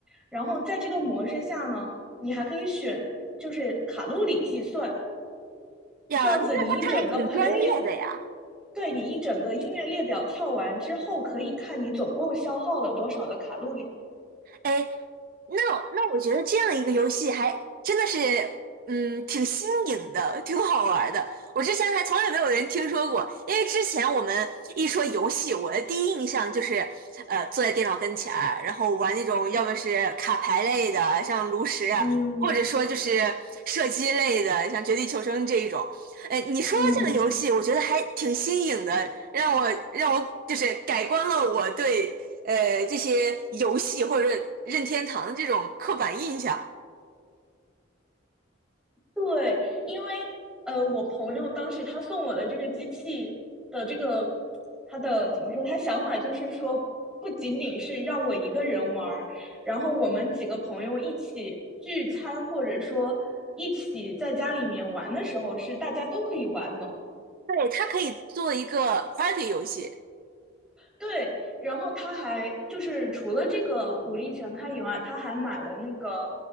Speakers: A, in the centre; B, on the right.
A: 然后在这个模式下呢，你还可以选就是卡路里计算。
B: 呀，
A: 这样子，
B: 那那他他还挺专业的呀。
A: 你一整个 playlist，对你一整个音乐列表跳完之后，可以看你总共消耗了多少的卡路里。
B: 哎，那那我觉得这样一个游戏还真的是，嗯，挺新颖的，挺好玩儿的。我之前还从来没有人听说过，因为之前我们一说游戏，我的第一印象就是，呃，坐在电脑跟前儿然后玩那种要么是卡牌类的，像炉石啊，
A: 嗯
B: 或者说就是射击类的，像绝地求生这一种。哎，你说的这个游戏，
A: 嗯，
B: 我觉得还挺新颖的，让我让我就是改观了我对。呃这些游戏或者是任天堂的这种刻板印象。
A: 对，因为呃，我朋友当时他送我的这个机器的这个，他的怎么说？他想法就是说，不仅仅是让我一个人玩儿，然后我们几个朋友一起聚餐，或者说一起在家里面玩的时候，是大家都可以玩的。
B: 对，它可以做一个 party 游戏。
A: 对，然后他还就是除了这个武力全开以外，他还买了那个